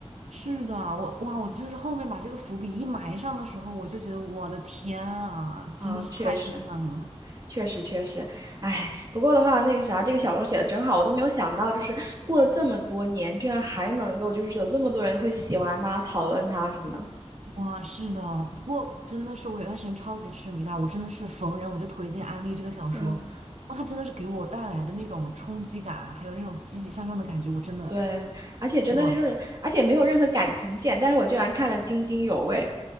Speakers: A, on the right; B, on the right.
A: 是的，我哇，我真是后面把这个伏笔一埋上的时候，我就觉得我的天啊，真的是太震撼了。
B: 啊，确实，确实，确实，哎，不过的话，那个啥，这个小说写的真好，我都没有想到，就是过了这么多年，居然还能够，就是有这么多人会喜欢他、讨论他什么的。
A: 哇，是的，不过真的是我有段时间超级痴迷他，我真的是逢人我就推荐安利这个小说，
B: 嗯，
A: 哇，他真的是给我带来的那种冲击感，还有那种积极向上的感觉，我真的
B: 对，而且真的是就是，
A: 哇。
B: 而且没有任何感情线，但是我居然看得津津有味。